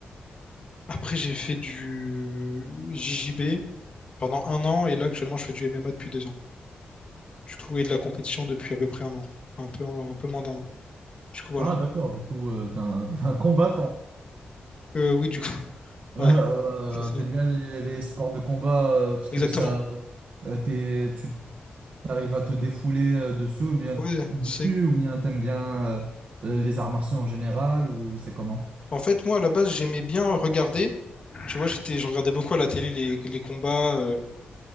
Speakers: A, on the left (about 35°); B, on the right (about 55°).
A: Après j'ai fait du JJB pendant un an et là actuellement je fais du MMA depuis 2 ans. Du coup, et de la compétition depuis à peu près un an, un peu, un peu moins d'un an. Du coup, voilà.
B: Ah, d'accord, du coup, euh, t'es un, t'es un combattant. <laughs>
A: Euh, oui, du coup, <laughs> ouais,
B: Euh,
A: c'est ça.
B: euh, t'aimes bien les, les sports de combat euh, parce
A: Exactement.
B: que ça, euh, t'es- tu arrives à te défouler euh, dessus ou bien
A: Oui,
B: dessus
A: c'est...
B: ou bien t'aimes bien euh, euh, les arts martiaux en général ou c'est comment?
A: En fait, moi, à la base, j'aimais bien regarder. Tu vois, j'étais, je regardais beaucoup à la télé les, les combats. euh,